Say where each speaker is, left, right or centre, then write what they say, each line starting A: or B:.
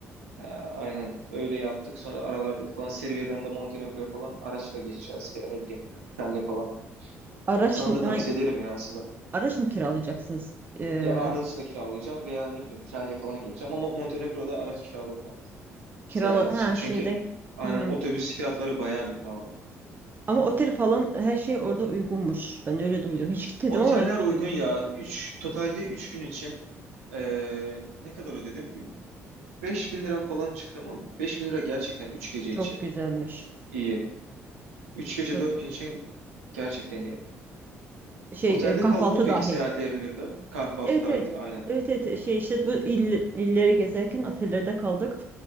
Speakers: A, on the right; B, on the right.
A: Ee, aynen öyle yaptık. Sonra aralarda falan Serbia'dan da Montenegro'ya falan araçla geçeceğiz veya ne bileyim trenle falan.
B: Araç,
A: Sana
B: hangi,
A: da tavsiye ederim ya aslında.
B: araç mı kiralayacaksınız? Ee,
A: Ya araçla kiralayacağım veya ne bileyim trenle falan geleceğim ama Montenegro'da araç kiraladım artık seyahat
B: Kirala
A: için.
B: ha
A: Çünkü
B: şimdi
A: aynen
B: Hmm.
A: otobüs fiyatları bayağı bir pahalı.
B: Ama otel falan her şey orada uygunmuş. Ben öyle duydum. Hiç gitmedim
A: Oteller
B: ama öyle
A: uygun
B: duydum.
A: ya. üç totalde 3 gün için ee, ne kadar ödedim? beş bin lira falan çıktı ama 5000 lira gerçekten 3 gece
B: Çok
A: için
B: güzelmiş.
A: iyi. Üç gece
B: Çok
A: dört gün için gerçekten iyi.
B: şey
A: Otelde
B: e, kahvaltı
A: kaldı mı peki
B: dahil.
A: seyahatlerin birinde? Kahvaltı
B: Evet
A: dahil
B: evet.
A: aynen.
B: Evet evet şey işte bu il, illeri gezerken otellerde kaldık.